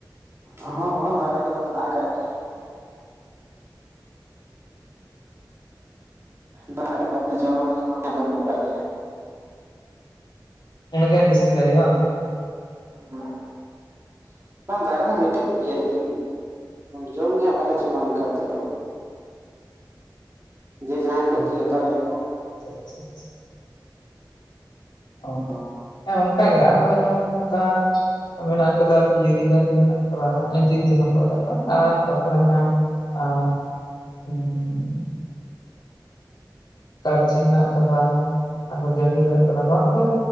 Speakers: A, on the right; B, on the left.
A: ᱦᱚᱸ ᱦᱚᱸ ᱫᱟᱨᱮ ᱠᱚᱫᱚ ᱢᱮᱱᱟᱜ ᱟᱠᱟᱫ ᱜᱮᱭᱟ ᱦᱟᱸᱜ, ᱫᱟᱦᱨᱮ <unintelligible> ᱡᱚᱢ ᱞᱟᱹᱜᱤᱫ ᱦᱚᱲ ᱜᱮ ᱵᱟᱱᱩᱜ ᱟᱠᱟᱫ ᱞᱮᱭᱟ᱾
B: ᱩᱱᱟᱜᱮ ᱡᱟᱹᱥᱛᱤ ᱫᱟᱭᱮ ᱵᱟᱝ?
A: <unintelligible> ᱵᱟᱝ ᱫᱟᱨᱮ ᱫᱚ ᱢᱤᱫᱴᱟᱝ ᱜᱮᱭᱟ ᱟᱨᱠᱤ ᱡᱚᱢ ᱜᱮ ᱦᱟᱸᱜ ᱵᱟᱞᱮ ᱡᱚᱢᱟ ᱚᱱᱠᱟ ᱫᱚ, ᱡᱮ ᱡᱟᱦᱟᱸᱭ ᱠᱚ
B: ᱚ
A: ᱛᱤᱭᱳᱜ ᱫᱟᱲᱮᱭᱟᱜ ᱠᱚ
B: <unintelligible> ᱚ
A: ᱦᱳᱭ
B: ᱦᱮᱸ ᱚᱱᱠᱟᱜᱮ ᱟᱞᱮ ᱦᱚᱸ ᱡᱮᱢᱚᱱ ᱚᱱᱠᱟ ᱢᱮᱱᱟᱜ ᱠᱟᱫᱟ ᱯᱤᱭᱲᱤ ᱫᱟᱨᱮ ᱢᱮᱱᱟᱜ ᱠᱟᱫᱟ ᱟᱸᱡᱤᱨ ᱡᱟᱦᱟᱸ ᱠᱚ ᱢᱮᱛᱟᱜ ᱠᱟᱱᱟ ᱟᱨ ᱛᱟᱨᱯᱚᱨᱮ ᱦᱮᱱᱟᱜᱼᱟ᱾ ᱟᱨ ᱦᱮᱸ ᱥᱟᱵᱽᱡᱤ ᱢᱮᱱᱟᱜ ᱠᱟᱫᱟ ᱟᱨᱚ ᱡᱟᱢᱤᱱ ᱢᱮᱱᱟᱜ ᱟᱠᱟᱫᱟ ᱱᱚᱣᱟ ᱠᱚᱫᱚ